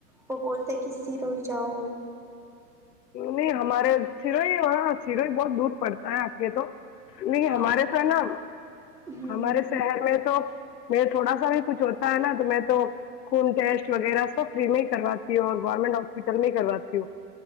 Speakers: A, in the centre; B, on the left.
A: وہ بولتے کسسی روئی جاؤ
B: نہیں ہمارے سرئی وہاں سیروئی بہت دور <unintelligible> پڑتا ہے آگے تو نہیں
A: ہاں
B: ہمارے تو ہے نا
A: ہوں
B: ہمارے شہر میں تو میں تھوڑا سا بھی کچھ ہوتا ہے نا تو میں تو خون ٹیسٹ وغیرہ سب فری میں ہی کرواتی ہو اور گورنمنٹ ہاسپٹل میں کرواتی ہووں